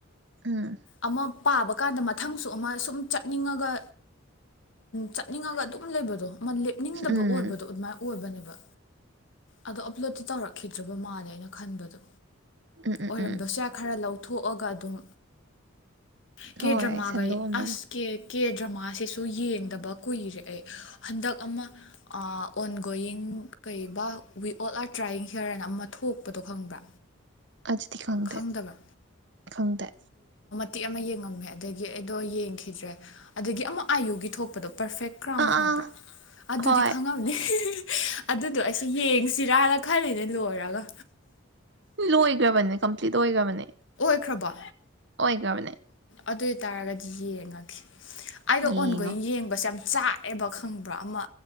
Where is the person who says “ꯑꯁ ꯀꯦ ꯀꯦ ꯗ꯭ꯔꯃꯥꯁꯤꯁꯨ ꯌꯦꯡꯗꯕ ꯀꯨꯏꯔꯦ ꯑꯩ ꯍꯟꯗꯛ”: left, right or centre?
Left